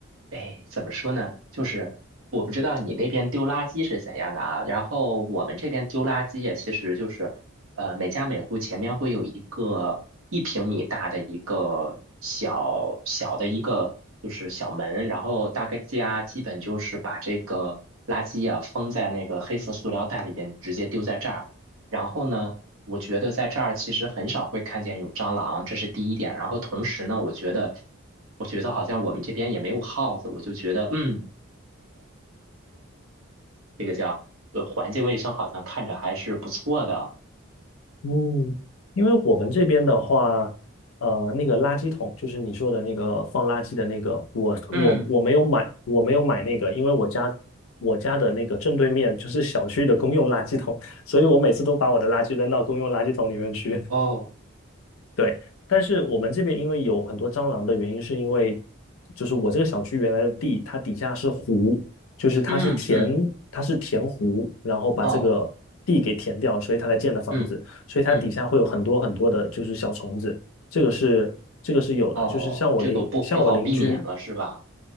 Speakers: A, on the right; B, on the left.
A: 哎，怎么说呢？就是我不知道你那边丢垃圾是怎样的啊。然后我们这边丢垃圾呀，其实就是，呃，每家每户前面会有一个一平米大的一个小小的一个就是小门，然后大概家基本就是把这个垃圾呀封在那个黑色塑料袋里边，直接丢在这儿。然后呢？我觉得在这儿其实很少会看见有蟑螂，这是第一点。然后同时呢，我觉得，我觉得好像我们这边也没有耗子，我就觉得，嗯，这个叫呃环境卫生好像看着还是不错的。
B: 嗯，因为我们这边的话，呃，那个垃圾桶就是你说的那个放垃圾的那个，我我我没有买，
A: 嗯，
B: 我没有买那个，因为我家我家的那个正对面就是小区的公用垃圾桶，所以我每次都把我的垃圾扔到公用垃圾桶里面去。
A: 哦，
B: 对，但是我们这边因为有很多蟑螂的原因，是因为就是我这个小区原来的地，它底下是湖，就是它是填，
A: 嗯嗯，
B: 它是填湖，然后把这个地给填掉，
A: 哦，
B: 所以它才建的房子，
A: 嗯
B: 所以它底下会有很多很多的就是小虫子，
A: 嗯，
B: 这个是这个是有的，
A: 哦，
B: 就是像我邻像我邻居，
A: 这个不不好避免了是吧？